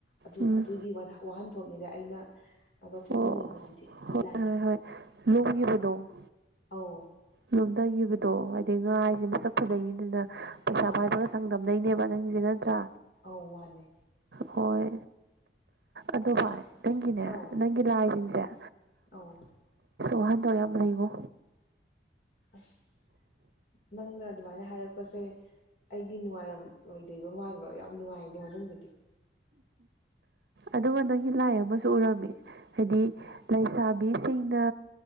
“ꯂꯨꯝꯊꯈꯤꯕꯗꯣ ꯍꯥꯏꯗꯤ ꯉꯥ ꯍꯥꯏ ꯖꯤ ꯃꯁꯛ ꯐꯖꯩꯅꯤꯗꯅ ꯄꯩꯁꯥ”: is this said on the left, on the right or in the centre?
Right